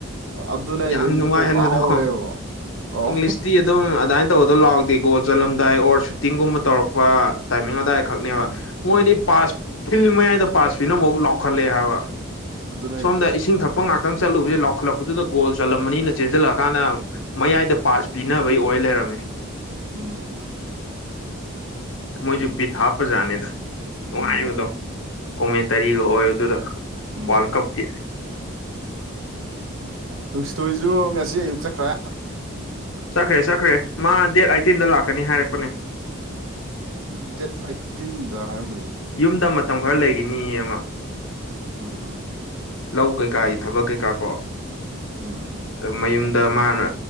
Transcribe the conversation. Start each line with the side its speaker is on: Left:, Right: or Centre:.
Right: ꯑꯗꯨꯅ ꯑꯩꯁꯦ
Left: ꯌꯥꯝ
Right: ꯑꯩꯁꯦ
Left: ꯅꯨꯡꯉꯥꯏ
Right: ꯀꯣꯛ
Left: ꯍꯥꯏꯕꯗꯣ
Right: ꯉꯥꯎꯔꯦꯕ ꯑꯣ
Left: ꯏꯪꯂꯤꯁꯇꯤ ꯑꯗꯨꯝ ꯑꯗꯨꯃꯥꯏꯅ ꯇꯧꯕꯗꯣ ꯂꯥꯎꯗꯦ ꯒꯣꯜ ꯆꯠꯂꯝꯗꯥꯏ ꯑꯣꯔ ꯁꯨꯇꯤꯡꯒꯨꯝꯕ ꯇꯧꯔꯛꯄ ꯇꯥꯏꯃꯤꯡ ꯑꯗꯥꯏ ꯈꯛꯅꯦꯕ
Right: ꯎꯝ
Left: ꯃꯣꯏꯗꯤ ꯄꯥꯁ ꯐꯤꯜ ꯃꯌꯥꯏꯗ ꯄꯥꯁ ꯄꯤꯅꯕ ꯐꯕꯨ ꯂꯥꯎꯈꯠꯂꯛꯑꯦ ꯍꯥꯏꯕ
Right: ꯑꯗꯨꯅ ꯑꯩꯁꯦ
Left: ꯁꯣꯝꯗ ꯏꯁꯤꯡ ꯊꯛꯄ ꯉꯥꯛꯇꯪ ꯆꯠꯂꯨꯖꯤꯗ ꯂꯥꯎ ꯂꯥꯎꯈꯠꯂꯛꯄꯗꯨꯗ ꯒꯣꯜ ꯆꯜꯂꯝꯃꯅꯤꯅ ꯆꯦꯟꯁꯤꯜꯂꯛꯑꯀꯥꯟꯗ ꯃꯌꯥꯏꯗ ꯄꯥꯁ ꯄꯤꯅꯕꯩ ꯑꯣꯏ ꯂꯩꯔꯝꯃꯦ
Right: ꯎꯝ
Left: ꯃꯣꯏꯖꯨ ꯕꯤꯠ ꯍꯥꯞꯄ ꯖꯥꯠꯅꯤꯗ ꯅꯨꯡꯉꯥꯏꯕꯗꯣ
Right: ꯎꯝ
Left: ꯀꯣꯃꯦꯟꯇꯔꯤꯒ ꯑꯣꯏ ꯑꯗꯨꯗ
Right: ꯎꯝ
Left: ꯋꯥꯔꯜ ꯀꯞꯀꯤ
Right: ꯅꯨꯡꯁꯇꯣꯏꯁꯨ ꯉꯁꯤ ꯑꯌꯨꯛ ꯆꯠꯈ꯭ꯔꯦ
Left: ꯆꯠꯈ꯭ꯔꯦ ꯆꯠꯈ꯭ꯔꯦ ꯃꯥ ꯗꯦꯠ ꯑꯥꯏꯇꯤꯟꯗ ꯂꯥꯛꯀꯅꯤ ꯍꯥꯏꯔꯛꯄꯅꯦ
Right: ꯗꯦꯠ ꯑꯥꯏꯠꯇꯤꯟꯗ ꯍꯥꯏꯔꯝꯕꯅꯤꯅꯦ
Left: ꯌꯨꯝꯗ ꯃꯇꯝ ꯈꯔ ꯂꯩꯒꯅꯤꯌꯦ ꯃꯥ
Right: ꯑꯣ
Left: ꯂꯧ ꯀꯩꯀꯥꯒꯤ ꯊꯕꯛ ꯀꯩꯀꯥ ꯀꯣ
Right: ꯎꯝ
Left: ꯃꯌꯨꯝꯗ ꯃꯥꯅ